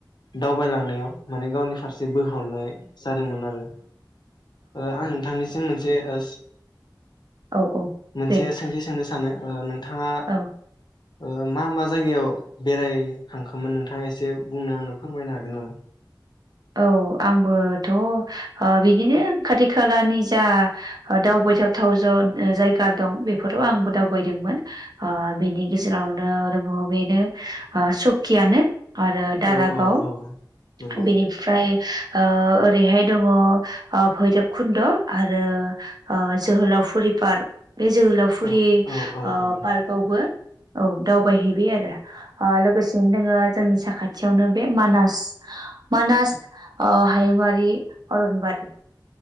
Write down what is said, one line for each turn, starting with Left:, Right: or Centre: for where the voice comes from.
Left: दावबायलांनायाव माने गावनि फारसे बोहरनाय जादोंमोन आरो ओ आं नोंथांनिसिम मोनसे ओ
Right: औ औ
Left: मोनसे
Right: दे
Left: सोंथि सोंनो सानो ओ नों थाङा
Right: औ
Left: ओ मा मा जायगायाव बेरायखांखोमोन नोंथाङा एसे बुंनाे आंनो फोरमायनो हागोन नामा?
Right: औ आंबोथ ओ बिदिनो खाथि खालानि जा दावबायथावथाव ज जायगा दं बेफोराव आंबो दावबायदोंमोन अ बेनि गेजेरावनो दङ बेनो सकियानो आरो दारागाव
Left: औ औ औ नंगौ
Right: बेनिफ्राय ओ ओरैहाय दङ भैरब खुन्द आरो ओ जोहोलावफुरि पार्क बे जोहोलावफुरि
Left: औ औ औ
Right: ओ
Left: औ
Right: पार्कआवबो औ दावबायहैबाय आरो अ लोगोसेनो दङो जोंनि साखाथियावनो बे मानास। मानास अ हायुंआरि अरनबारि